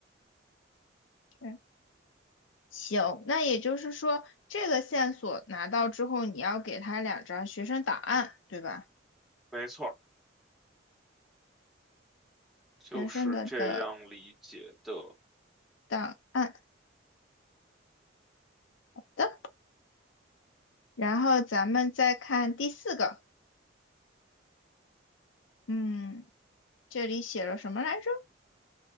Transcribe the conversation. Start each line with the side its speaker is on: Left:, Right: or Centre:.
Left: 嗯，行，那也就是说，这个线索拿到之后，你要给他两张学生档案，对吧？
Centre: 没错，就是这样理解的。
Left: 学生的的档案的。然后咱们再看第四个，嗯，这里写了什么来着？